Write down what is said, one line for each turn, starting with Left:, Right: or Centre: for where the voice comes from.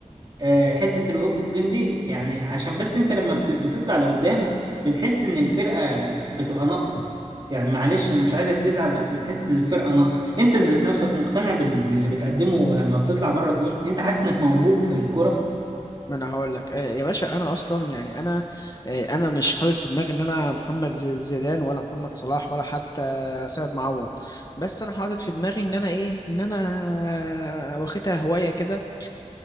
Right: آه حتة الوقوف الجندي يعني عشان بس انت لما بت- بتطلع لقدام بنحس ان الفرقة بتبقى ناقصة يعني معلش انا مش عايزك تزعل بس بنحس ان الفرقة ناقصة انت ذات نفسك مقتنع بال- باللي بتقدمه لما بتطلع بره الجون انت حاسس انك موهوب في الكرة
Left: ما انا هقول لك آه، يا باشا انا اصلا يعني انا آه، انا مش حاطط في دماغي ان انا محمد ز- زيدان ولا محمد صلاح ولا حتى سيد معوض بس انا حاطط في دماغي ان انا ايه ان انا واخدها هوايه كده